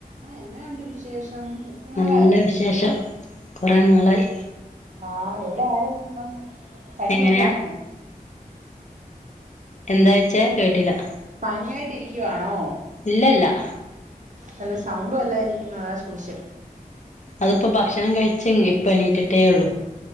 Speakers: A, on the right; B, on the left.
A: ആഹ് എന്നാഒണ്ട് വിശേഷം ഒത്തിരി നാളായല്ലോ
B: നല്ല
A: വിളിച്ചിട്ട്
B: വിശേഷം കുറേ നാളായി
A: ആ എവിടെ ആയിരുന്നു പനിയൊക്കെയാണോ
B: എങ്ങെനെയാ എന്തായ്ച്ചേ കേട്ടീലാ
A: പനിയായിട്ടിരിക്കുവാണോ
B: ഇല്ല ല്ലാ
A: നല്ല സൗണ്ട് വല്ലായിരിക്കുംന്നു അതാ ചോയ്ച്ചേ
B: അതിപ്പോ ഭക്ഷണം കഴിച്ച് ഇപ്പ എണീട്ടിട്ടേ ഒള്ളു